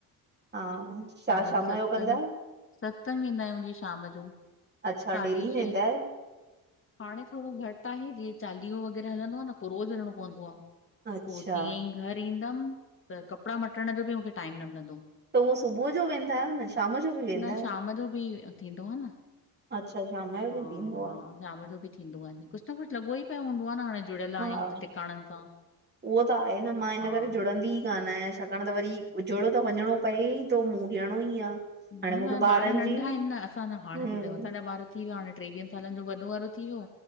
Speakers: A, on the right (about 25°); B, on the left (about 30°).
A: हा छा
B: शाम जो सतसंग,
A: कंदा आहियो
B: सतसंग वेंदा आयूं जीअं शाम जो।
A: अच्छा
B: साढी
A: डेली
B: छहें
A: वेंदा आयो?
B: हाणे थोड़ो घट आहे, जीअं चालीहो वग़ैरह हलंदो आ न पो रोज़ वञणो पवंदो आ।
A: अच्छा
B: पो जीअं ई घर ईंदम, त कपड़ा मटण जो बि मूंखे टाइम न मिलंदो।
A: त उहो सुबुह जो वेंदा आयो न, शाम जो। बि वेंदा
B: न
A: आहियो?
B: शाम जो बि थींदो आ न,
A: अच्छा शाम जो
B: हा
A: बि थींदो
B: हा।
A: आ
B: शाम जो बि थींदो आहे नी कुझ न कुछ लॻो ई पयो हूंदो आहे न हाणे जुड़ियल आहियूं
A: हा उहो
B: त टिकाणनि सां
A: त आहे न मां हिन
B: हा
A: करे जुड़ंदी ई कान आयां छाकाण त वरी जूड़ त वञणो पए ई तो मूंं ॾयणो ई आ।
B: न
A: हाणे मूंखे
B: ताहांजा
A: ॿारनि
B: ॿार नंढा
A: जी
B: आहिन न असांजा हाणे
A: हम्म
B: जड़याूं असांजा ॿार थी व्या हाणे टेवीह सालन जो वॾो वारो थी व्यो